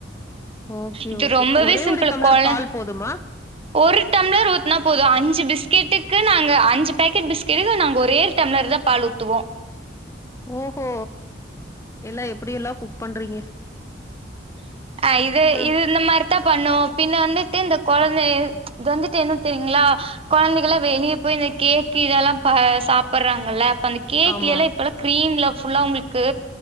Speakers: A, on the left; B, on the right.
A: ஓகே
B: இது
A: ஓகே
B: ரொம்பவே
A: ஒரே
B: சிம்பிள்
A: ஒரு டம்ளர்
B: கொழ
A: பால் போதுமா
B: ஒரு டம்ளர் ஊத்துனா போது அஞ்சு பிஸ்கெட்டுக்கு நாங்க அஞ்சு பாக்கெட் பிஸ்கெட்கு நாங்க ஒரே ஒர் டம்ளர் தா பால் ஊத்துவோ
A: ஓஹோ எல்லா எப்டியெல்லா குக் பண்றீங்க
B: ஆ இது
A: அ.
B: இது இந்த மார் டா பண்ணுவோ பின்ன வந்துட்டு இந்த கொழந்தே வந்துட்டு என்ன தெரியுங்ளா கொழந்தைகலா வெளியே போ இந்த கேக்கு இதெல்லா ப சாப்புர்றாங்கல்ல அந்த கேக்லேலா
A: ஆமா,
B: இப்பல்லா க்ரீம்ல ஃபுல்லா உங்குளுக்கு